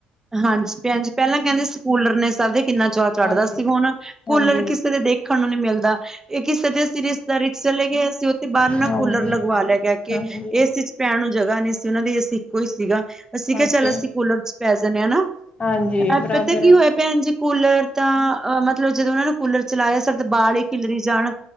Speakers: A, on the right (about 15°); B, on the left (about 35°).
A: ਹਾਂਜੀ ਭੈਣਜੀ ਪਹਿਲਾਂ ਕਹਿੰਦੇ ਸੀ ਕੂਲਰ ਨੇ ਸਬਦੇ ਕਿੰਨਾ ਚਾਅ ਚੜ੍ਹਦਾ
B: ਹਾਂਜੀ,
A: ਸੀ ਹੁਣ ਕੂਲਰ
B: ਹਾਂਜੀ,
A: ਕਿਸੇ ਦੇ ਦੇਖਣ ਨੂੰ ਨਹੀਂ ਮਿਲਦਾ ਇਹ ਕਿਸੇ ਦੇ ਅਸੀਂ ਰਿਸ਼ਤੇਦਾਰੀ ਚ ਚਲੇ ਗਏ, ਅਸੀਂ ਉੱਥੇ ਬਾਹਰ
B: ਹਾਂਜੀ,
A: ਨਾ ਕੂਲਰ ਲਗਵਾ ਲਿਆ ਕਹਿ ਕੇ,
B: ਹਾਂਜੀ
A: ਏ ਸੀ ਚ ਪੈਣ ਨੂੰ ਜਗ੍ਹਾ ਨਹੀਂ ਸੀ ਉਹਨਾਂ ਦੇ ਏਸੀ ਇੱਕੋ ਈ ਸੀਗਾ ਅਸੀਂ ਕਿਹਾ
B: ਅੱਛਾ,
A: ਚੱਲੋ ਅਸੀਂ ਕੂਲਰ ਚ ਦਸ ਦੇਨੇ ਆ ਉਨੂੰ,
B: ਹਾਂਜੀ ਬਰਾਬਰ
A: ਪਤਾ ਕੀ
B: ਹੈ,
A: ਹੋਇਆ ਭੈਣ ਜੀ ਕੂਲਰ ਤਾਂ ਅ ਮਤਲਬ ਜਦੋਂ ਉਹਨਾਂ ਨੂੰ ਕੂਲਰ ਚਲਾਇਆ ਸਾਡੇ ਤਾਂ ਬਾਲ ਹੀ ਖਿਲਰੀ ਜਾਣ